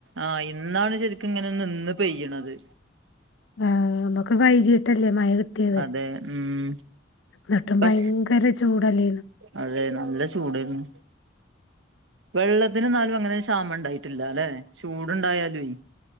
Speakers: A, on the right; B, on the left.
A: ആഹ് ഇന്നാണ് ശരിക്ക്ങ്ങനെ നിന്ന് പെയ്യണത്.
B: ആഹ് അതൊക്ക് കഴിഞ്ഞ്. <unintelligible> കുറെ കഴിഞ്ഞല്ലേ മഴ കിട്ടിയത്.
A: അതെ ഉം
B: ന്നിട്ടും
A: പക്ഷെ
B: ഭയങ്കര ചൂടല്ലേര്ന്നു.
A: അതെ നല്ല ചൂടേര്ന്നു. വെള്ളത്തിന് ന്നാലും അങ്ങനൊരു ക്ഷാമണ്ടായിട്ടില്ലലെ ചൂട്ണ്ടായാലും.